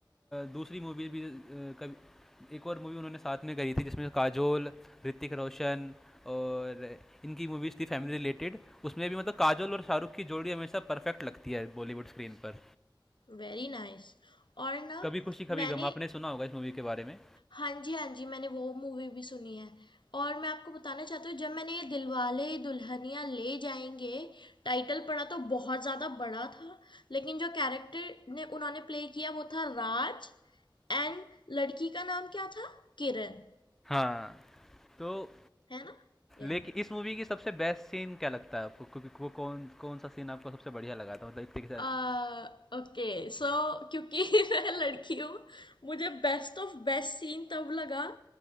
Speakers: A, in the centre; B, on the left.
A: दूसरी मूवी भी अ, कभी एक और मूवी उन्होंने साथ में करी थी जिसमें काजोल ऋतिक रोशन और इनकी मूवीज़ थी फैमिली रिलेटेड उसमें भी मतलब काजोल और शाहरुख की जोड़ी हमेशा परफेक्ट लगती है बॉलीवुड स्क्रीन पर
B: Very nice nice. और ना
A: कभी खुशी कभी
B: मैंने
A: गम आपने सुना होगा इस मूवी के बारे में
B: हाँ जी हाँ जी मैंने वो मूवी भी सुनी है और मैं आपको बताना चाहती हूँ जब मैंने ये दिलवाले दुल्हनिया ले जाएंगे टाइटल पढ़ा तो बहुत ज़्यादा बड़ा था लेकिन जो कैरेक्टर ने उन्होंने प्ले किया वो था राज एंड लड़की का नाम क्या था किरण
A: हाँ तो
B: है ना या
A: लेकिन इस मूवी की सबसे बेस्ट सीन क्या लगता है आपको क्योंकि वो कौन कौन सा सीन आपको सबसे बढ़िया लगा था मतलब इतने के साथ
B: आ, ओके सो क्योंकि <laughs> मैं लड़की हूँ मुझे बेस्ट ऑफ बेस्ट सीन तब लगा